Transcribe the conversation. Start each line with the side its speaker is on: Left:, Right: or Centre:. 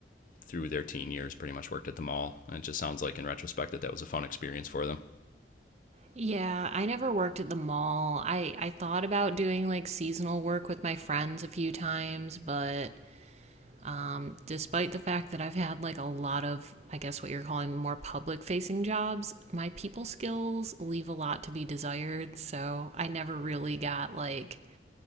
Left: through their teen years pretty much worked at the mall. And it just sounds like in retrospect that that was a fun experience for them.
Right: Yeah, I never worked at the mall. I I thought about doing like seasonal work with my friends a few times, but um, despite the fact that I've had like a lot of, I guess what you're calling more public facing jobs, my people skills leave a lot to be desired. So I never really got like